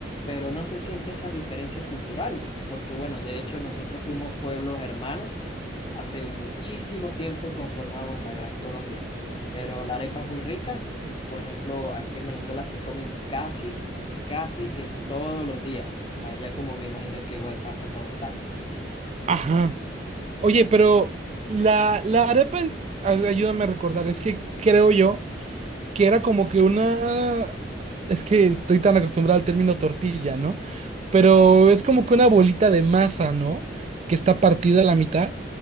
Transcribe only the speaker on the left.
pero no se siente esa diferencia cultural, porque bueno, de hecho nosotros fuimos pueblos hermanos. Hace muchísimo tiempo conformamos la Gran Colombia, pero la arepa es muy rica. Por ejemplo, aquí en Venezuela se comen casi casi que todos los días, allá como me imagino que igual pasa con los tacos.